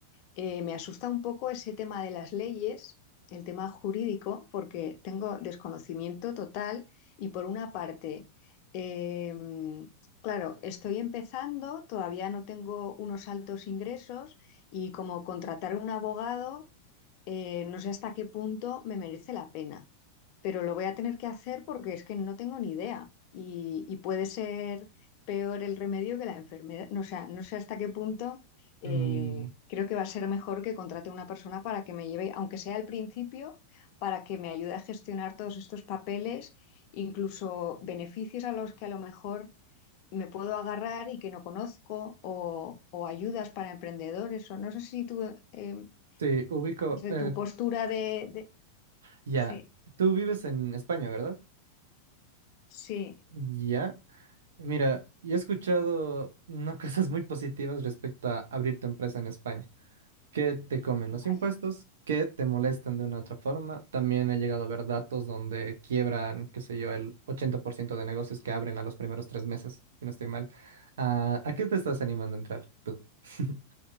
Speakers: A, on the left; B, on the right.
A: eh, me asusta un poco ese tema de las leyes, el tema jurídico, porque tengo desconocimiento total y por una parte, eh, claro, estoy empezando, todavía no tengo unos altos ingresos y como contratar un abogado, eh, no sé hasta qué punto me merece la pena pero lo voy a tener que hacer porque es que no tengo ni idea y, y puede ser peor el remedio que la enfermedad. No, o sea, no sé hasta qué punto eh,
B: Mm,
A: creo que va a ser mejor que contrate una persona para que me lleve, aunque sea al principio, para que me ayude a gestionar todos estos papeles, incluso beneficios a los que a lo mejor me puedo agarrar y que no conozco, o, o ayudas para emprendedores, o no sé si tú, eh,
B: sí, ubico.
A: desde
B: eh,
A: tu postura de... de-
B: ya,
A: Sí,
B: tú vives en España, ¿verdad?
A: sí,
B: Ya. Mira, yo he escuchado no <laughs> cosas muy positivas respecto a abrir tu empresa en España. Que te comen
A: vaya.
B: los impuestos, que te molestan de una u otra forma. También he llegado a ver datos donde quiebran, qué sé yo, el 80% de negocios que abren a los primeros tres meses, si no estoy mal. Ah, ¿a qué te estás animando a entrar tú? <laughs>